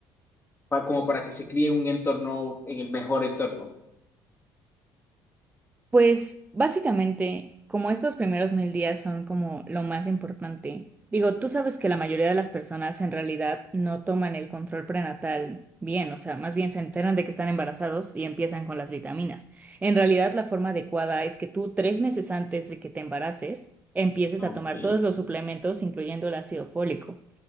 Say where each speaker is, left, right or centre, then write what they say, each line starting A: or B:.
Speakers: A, on the left (about 25°); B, on the right (about 15°).
A: pa- como para que se críe en un entorno, en el mejor entorno.
B: Pues básicamente, como estos primeros mil días son como lo más importante, digo, tú sabes que la mayoría de las personas en realidad no toman el control prenatal bien, o sea, más bien se enteran de que están embarazados y empiezan con las vitaminas. En realidad, la forma adecuada es que tú tres meses antes de que te embaraces, empieces
A: Ok,
B: a tomar todos los suplementos, incluyendo el ácido fólico.